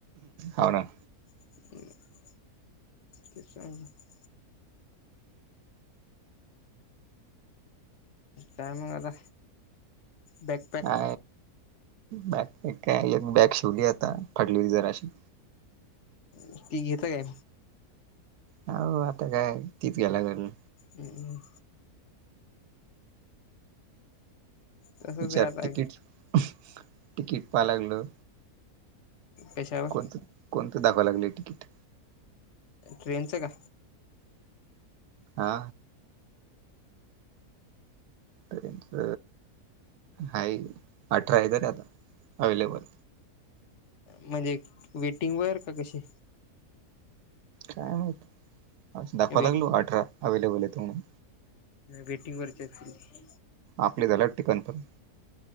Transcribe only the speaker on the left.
ह <inaudible> तेस <inaudible> काय मंग आता? बॅकपॅक
हम् ती घेत काय?
हम्म तसंच
आहे आता
कश्यावर,
ट्रेनचं का?
म्हणजे वेटिंगवर का कशी?
वेट
वेटिंगवररची असतील.